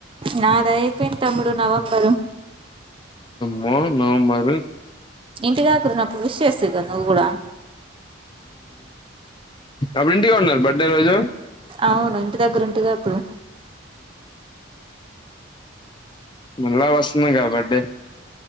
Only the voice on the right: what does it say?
నాది అయిపోయింది తమ్ముడు నవంబరు
ఇంటిదాకరు నాకు విష్ చేస్తివి గా నువ్వు కూడా
అవును ఇంటి దగ్గర ఉంటి గా అప్పుడు